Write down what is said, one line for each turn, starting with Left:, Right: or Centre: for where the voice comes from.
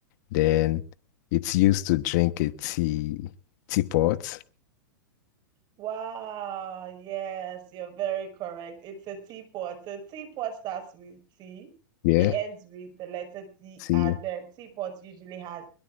Left: then it's used to drink a tea, teapot.
Right: Wow. Yes. You're very correct. It's a teapot. A teapot starts with T.
Left: Yeah.
Right: It ends with the letter T
Left: Tea
Right: and then teapot usually has